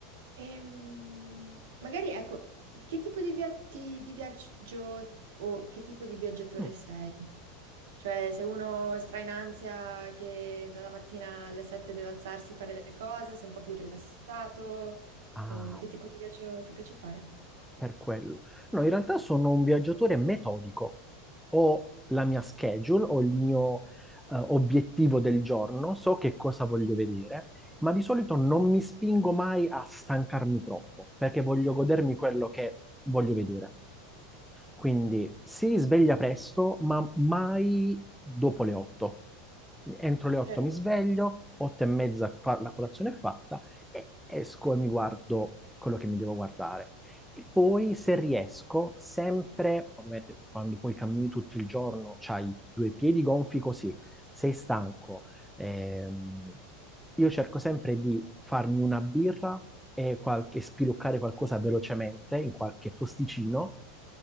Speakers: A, on the right; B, in the centre.
A: Ehm, magari, ecco, che tipo di, via- di- di viaggio o che tipo di viaggiatore
B: Mm.
A: sei? Cioè, se uno stra in ansia che dalla mattina alle 7 deve alzarsi, fare le cose, sei un po' più rilassato,
B: Ah,
A: o che tipo di viaggio ti piace fare?
B: per quello. No, in realtà sono un viaggiatore metodico. Ho la mia schedule, ho il mio eh, obiettivo del giorno, so che cosa voglio vedere, ma di solito non mi spingo mai a stancarmi troppo, perché voglio
A: No,
B: godermi quello che voglio vedere. Quindi si sveglia presto, ma mai dopo le 8. Quindi Entro le 8
A: cioè,
B: mi sveglio, 8 e mezza fa- la colazione è fatta e esco e mi guardo quello che mi devo guardare. E poi se riesco, sempre, ovviamente quando poi cammini tutto il giorno, c'hai i due piedi gonfi così, sei stanco, ehm, io cerco sempre di farmi una birra e qualche, spiluccare qualcosa velocemente in qualche posticino